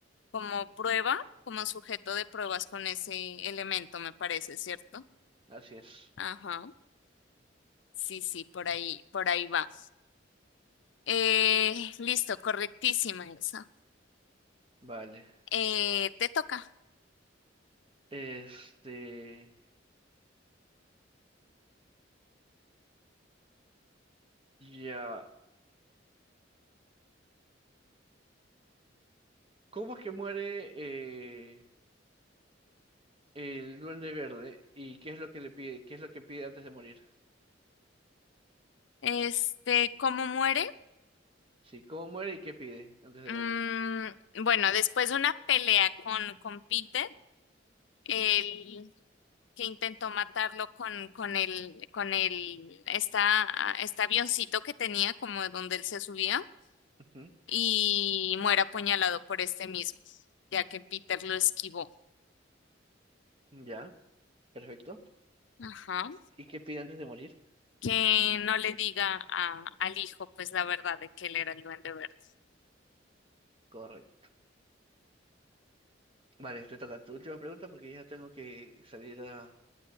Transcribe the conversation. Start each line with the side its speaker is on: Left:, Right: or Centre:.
Left: como prueba, como sujeto de pruebas con ese elemento, me parece, ¿cierto?
Right: Así es.
Left: Ajá. Sí, sí, por ahí, por ahí va. Eh, listo, correctísima esa.
Right: Vale.
Left: Eh, te toca.
Right: Este, ya. ¿Cómo es que muere eh, el Duende Verde y qué es lo que le pide? ¿Qué es lo que pide antes de morir?
Left: Este, ¿cómo muere?
Right: Sí, ¿cómo muere y qué pide antes de
Left: Mm,
Right: morir?
Left: bueno, después de una pelea con, con Peter, el que intentó matarlo con, con el, con el, esta, este avioncito que tenía, como de donde él se subía,
Right: Ujú,
Left: y muere apuñalado por este mismo, ya que Peter lo esquivó.
Right: Ya, perfecto.
Left: Ajá.
Right: ¿Y qué pide antes de morir?
Left: Que no le diga a- al hijo, pues la verdad de que él era el duende verde.
Right: Correcto. Vale, te toca tu última pregunta porque ya tengo que salir a,